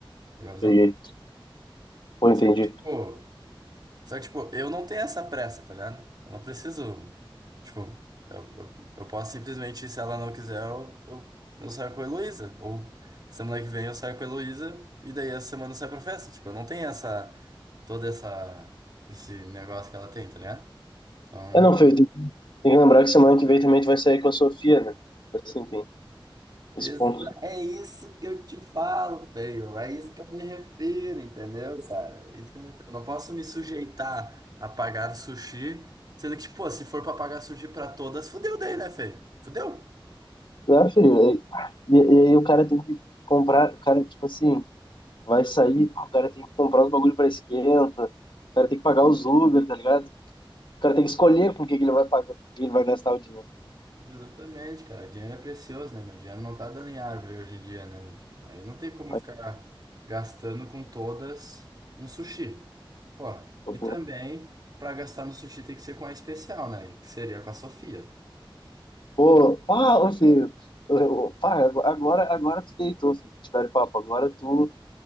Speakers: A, on the right (about 50°); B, on the left (about 60°).
A: Pegou a visão?
B: Peguei. Pô, entendi.
A: Só que, Tipo, só que, tipo, eu não tenho essa pressa, tá ligado? Eu não preciso. Tipo, eu, eu, eu posso simplesmente, se ela não quiser, eu, eu, eu saio com a Heloísa. Ou semana que vem eu saio com a Heloísa e daí essa semana eu saio pra festa. Tipo, eu não tenho essa. Toda essa. Esse negócio que ela tem, tá ligado? Então.
B: É, não, Fê, tem tem que lembrar que semana que vem também tu vai sair com a Sofia, né? Tipo Assim, tem Esse
A: Exa-
B: ponto.
A: É isso que eu te falo, feio. É isso que eu me refiro, entendeu, cara? É isso que eu me refiro. Não posso me sujeitar a pagar sushi, sendo que, pô, se for pra pagar sushi pra todas, fudeu daí, né, feio? Fudeu?
B: Ah, filho, aí- e, e aí o cara tem que comprar, o cara, tipo assim, vai sair, pá, o cara tem que comprar os bagulho pra esquenta, o cara tem que pagar os Uber, tá ligado? O cara tem que escolher com o que que ele vai pagar, com o que ele vai gastar o dinheiro.
A: Exatamente, cara. Dinheiro é precioso, né, meu? Dinheiro não tá dando em árvore hoje em dia, né, meu? Aí não tem como
B: Aí,
A: ficar gastando com todas um sushi. Pô,
B: pô,
A: e também,
B: porra.
A: pra gastar no sushi tem que ser com a especial, né? Que seria com a Sofia, né?
B: Pô, pá, ô filho, eu- eu- pá, ago- agora, agora tu deitou, filho, te dar papo, agora tu,